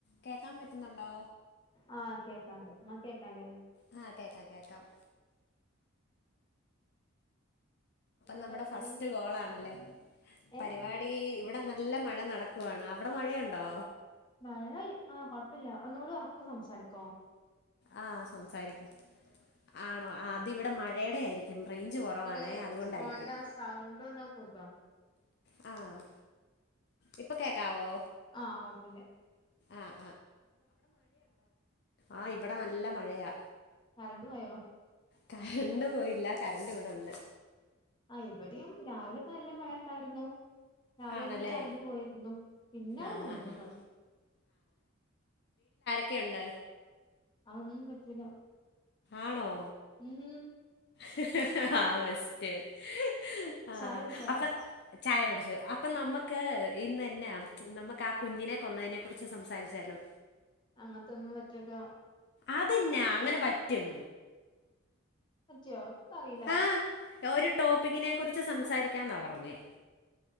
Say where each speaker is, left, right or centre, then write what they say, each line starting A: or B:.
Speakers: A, on the left (about 55°); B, on the left (about 20°).
A: കേൾക്കാൻ പറ്റുന്നുണ്ടോ,
B: ആഹ് കേക്കാണ്ട് ഇങ്ങക്ക് കേക്കാല്ലേ
A: ആ കേൾകാം കേൾകാം
B: എന്താ
A: നമ്മടെ
B: പരിപാടി
A: ഫസ്റ്റ് കോളേണല്ലേ,
B: ഏഹ്
A: പരിപാടി ഇവിടെ നീ നല്ല മഴ നടക്കുവാണ്, അവിടെ മഴയുണ്ടോ
B: മഴ, അ കൊഴപ്പുല ഒന്നുടെ ഒറക്ക സംസാരികൊ
A: ആ സംസാരിക്. ആണോ അതു ഇവിടെ മഴടെ ആയിരിക്കും. റേഞ്ച് കുറവാണേ,
B: ഇങ്ങള്
A: അതായിരിക്കും.
B: ഫോണിന്റെ സൗണ്ട് ഒന്ന് കൂട്ടോ
A: മം. ഇപ്പോ കേക്കാവോ
B: ആ കുഴപ്പല്യ
A: ആഹ് ആ ഇവിടെ നല്ല മഴയാ
B: കറണ്ടുപോയോ
A: കരണ്ട് പോയില്ല, കരണ്ട് ഇവിടെ ഉണ്ട്.
B: ആ ഇവടെയും രാവിലെ നല്ല മഴയുണ്ട്. <unintelligible> രാവിലെ
A: ആണല്ലേ
B: ഒന്ന് കരണ്ട് പോയിരുന്നു. പിന്നെ അങ്ങട്
A: ആഹ്
B: നിന്ന്
A: ആഹ് ആഹ് ക്കുണ്ട്.
B: അതൊന്നും പറ്റൂല.
A: ആണോ
B: മം
A: ഹ ഹ ഹ ആ ബെസ്റ്റ് ഹ് ഹ്
B: ചായ കുടിച്ചാ
A: അപ്പ ആ ചായ കുടിച്ചു. അപ്പ നമ്മക്ക് ഇന്നന്നെ നമ്മക്ക് ആ കുഞ്ഞിനെ കൊന്നതിനെ കുറിച്ച് സംസാരിച്ചാലോ.
B: അങ്ങനെത്തെ ഒന്നും പറ്റുല്ല
A: അതന്നെ അങ്ങനെ പറ്റും.
B: പറ്റോ, എക്കറിയില്ല
A: ആ ഒരു ടോപികിനെ കുറിച്ച് സംസാരിക്കാ എന്ന് പറഞ്ഞെ.